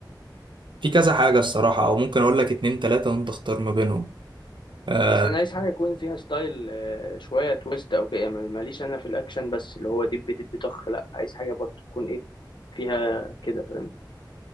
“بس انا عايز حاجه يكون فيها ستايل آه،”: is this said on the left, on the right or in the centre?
Left